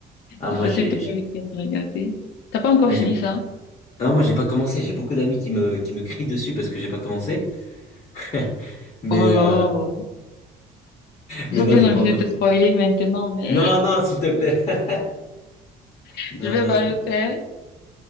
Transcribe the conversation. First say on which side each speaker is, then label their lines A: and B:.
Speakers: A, on the left; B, on the left.
A: Ah
B: j'ai
A: moi,
B: passé
A: j'ai,
B: tout
A: j'ai,
B: le week-end à regarder. T'as pas encore
A: ah, j'ai-
B: fini ça?
A: ah, moi, j'ai pas commencé. J'ai beaucoup d'amis qui me, qui me crient dessus parce que j'ai pas commencé. <laughs> Mais,
B: Oh là,
A: euh, Mais
B: j'ai
A: non,
B: bien
A: j'ai
B: envie
A: pas encore
B: de te
A: compris.
B: spoiler maintenant, mais
A: Non, non, s'il te plaît. <laughs>
B: <laughs>
A: Non,
B: je vais
A: non,
B: pas
A: s'il
B: le
A: te plaît.
B: faire.